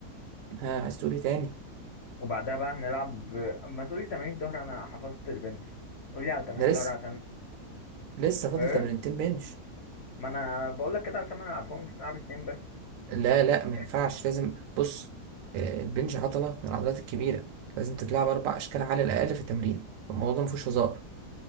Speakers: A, on the right; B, on the left.
A: ها عايز تقول ايه تاني
B: وبعدها بقى هنلعب ما تقولي تمارين ظهر انا حفظت البنش قولي على تمارين
A: انا لسه
B: ظهر عشان
A: لسه فاضل
B: ايه
A: تمرينتين بنش
B: ما انا بقول لك كده عشان ما نلعبهمش نلعب اتنين
A: لا لا ما
B: بس
A: ينفعش لازم بص آه، البنش عضلة من العضلات الكبيرة لازم تتلعب أربع أشكال على الأقل في التمرين الموضوع ده مفيهوش هزار